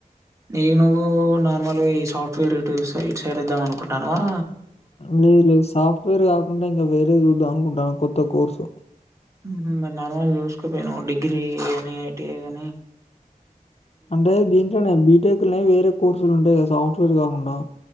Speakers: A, on the right; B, on the left.
A: నీ నువ్వు నార్మల్గా ఈ సాఫ్ట్వేర్ రూటు ఇటు సైడ్ వద్దాం అనుకుంటున్నావా
B: లేదు లేదు సాఫ్ట్వేర్ కాకుండా ఇంకా వేరే చూద్దాం అనుకుంటాన కొత్త త్త కోర్స్
A: ఉహు మరి నార్మల్ గా చూసుకోపోయినవా డిగ్రీ కానీ ఐటిఐ కాని
B: అంటే దీంట్లోనే బీటెక్ నే వేరే కోర్సులు ఉంటాయి కదా సార్ స్టూ <unintelligible> రి కాకుండా